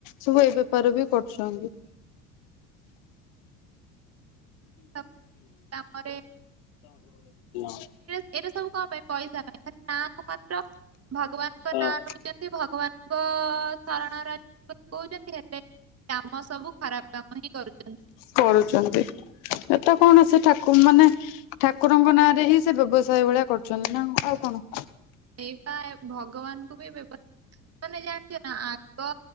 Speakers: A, on the left; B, on the right.
A: ସବୁ ଏଇ ବେପାର ବି କରୁଚନ୍ତ
B: ସବୁ କାମରେ
A: <unintelligible>
B: ଏଇଟ ସବୁ କଣ ପାଇଁ ପଇସା ପାଇଁ ଖାଲି ନାଁକୁ ମାତ୍ର ଭଗବାନଙ୍କ
A: ହଁ।
B: ନାଁ ନଉଛନ୍ତି ଭଗବାନ ଶରଣ କହୁଛନ୍ତି ହେତ କାମ ସବୁ ଖରାପ କାମ ହିଁ କରୁଛନ୍ତି
A: କରୁଛନ୍ତି ଏଟା କଣ ସେ ଠାକୁର
B: ତ
A: ମାନେ ଠାକୁରଙ୍କ ନାଁରେ ହିଁ ସେ ବ୍ୟବସାୟ ଭଳିଆ କରୁଛନ୍ତି ନା ଆଉ କଣ
B: ଏଇପା ଭଗବାନଙ୍କୁ ବି ବ୍ୟବ ମାନେ ଜାଣିଚ ନା ଆଗ